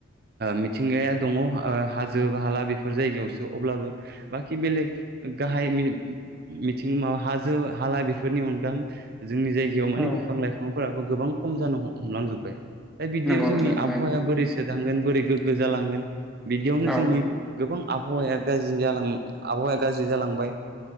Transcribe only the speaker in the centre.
औ
नंगौ
नोंथां थारैनो
औ